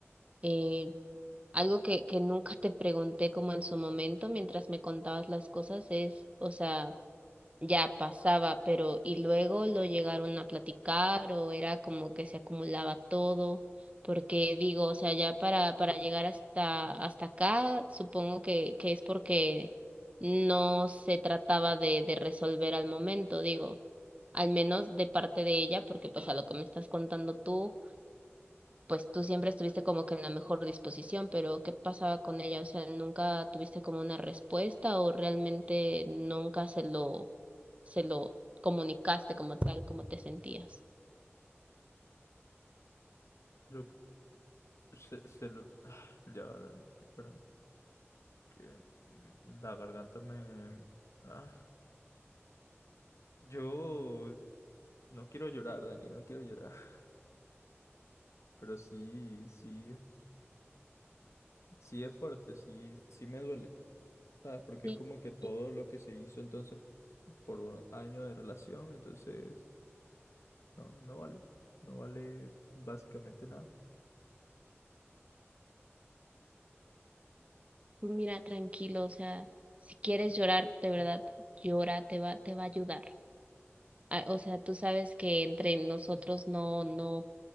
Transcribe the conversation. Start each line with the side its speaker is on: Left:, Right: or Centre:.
Right: eh, algo que, que nunca te pregunté como en su momento mientras me contabas las cosas es, o sea, ya pasaba, pero y luego lo llegaron a platicar o era como que se acumulaba todo, porque digo, o sea, ya para para llegar hasta hasta acá, supongo que que es porque no se trataba de de resolver al momento, digo, al menos de parte de ella, porque pues a lo que me estás contando tú pues tú siempre estuviste como que en la mejor disposición, pero ¿qué pasaba con ella? O sea, ¿nunca tuviste como una respuesta o realmente nunca se lo, se lo comunicaste como tal, como te sentías?
Left: Lo- se, se lo... <sighs> Ya, Dani, espérame. Que mm, la garganta me... Ah. Yo no quiero llorar, Dani, no quiero llorar. <laughs> Pero sí, sí. Sí es fuerte, sí, sí me duele, ¿sabes? Porque
Right: Sí,
Left: es como que todo
Right: y
Left: lo que se hizo entonces por un año de relación, entonces no, no vale, no vale básicamente nada.
Right: tú mira, tranquilo, o sea, si quieres llorar, de verdad, llora, te va, te va a ayudar. Ah, O sea, tú sabes que entre nosotros no, no,